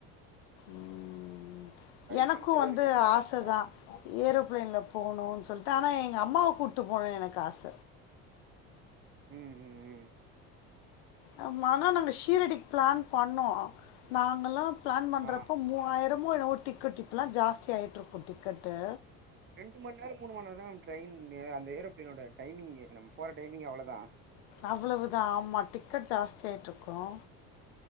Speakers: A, on the left; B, on the right.
A: ம்
B: ட்ரை
A: எனக்கு
B: பண்ட்டுதா
A: வந்து
B: இருக்கே
A: ஆசதா
B: பாக்
A: ஏரோப்ளேன்ல போனுன் சொல்ட்டு ஆனா எங்க அம்மாவ கூட்டு போனு எனக்கு ஆச
B: ம் ம் ம்
A: ஆமா ஆனா நாங்க ஷீரடிக் பிளான் பண்ணோ நாங்கலா பிளான் பண்றப்ப
B: ஆ
A: மூவாயி இன்னுமோ என்னவோ டிக்கட் இப்பலா ஜாஸ்தி ஆயிட்ருக்கு டிக்கட்டு
B: ரெண்டு மண்ரோ மூணு மண்ரோந்தா மேம் ட்ரைமிங்கு அந்த ஏரோப்லைனோட டைமிங்கி நம் போர டைமிங்கி அவ்ளோதா
A: அவ்ளோவுதா ஆமா டிக்கட் ஜாஸ்தி ஆயிட்ருக்கு
B: ஆமா
A: அ